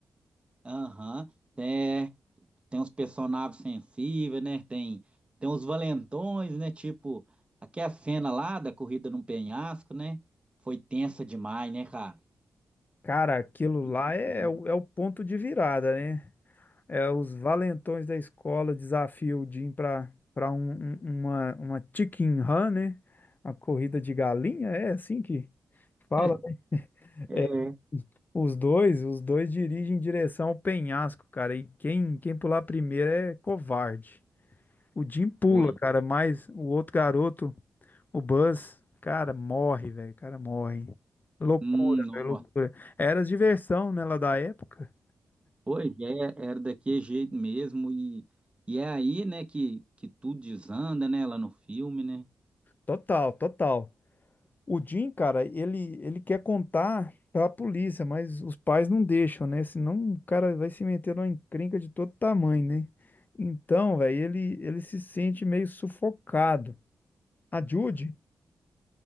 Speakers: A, on the right; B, on the left.
A: Aham. É, tem uns personagens sensíveis, né, tem, tem uns valentões, né, tipo, aquela cena lá da corrida num penhasco, né, foi tensa demais, né, cara?
B: Cara, aquilo
A: Muito
B: lá é,
A: tensa.
B: é o é o ponto de virada, né? É os valentões da escola desafiam o Jim pra, pra um- um- uma, uma chicken run, né? Uma corrida de galinha, é assim que fala.
A: <laughs>
B: né?
A: É.
B: É, Os dois, os dois dirigem em direção ao penhasco, cara. E quem, quem pular primeiro é covarde. O Jim pula,
A: Foi.
B: cara, mas o outro garoto. O Buzz, cara, morre, velho. O cara morre. Loucura,
A: Hum, nossa.
B: velho, loucura. Era diversão, né, lá da época.
A: Pois é, era daquele jeito mesmo, e, e é aí, né, que, que tudo desanda, né, lá no filme, né?
B: Total, total. O Jim, cara, ele, ele quer contar pra polícia, mas os pais não deixam, né? Senão o cara vai se meter numa encrenca de todo tamanho, né? Então, velho, ele, ele se sente meio sufocado. A Judy,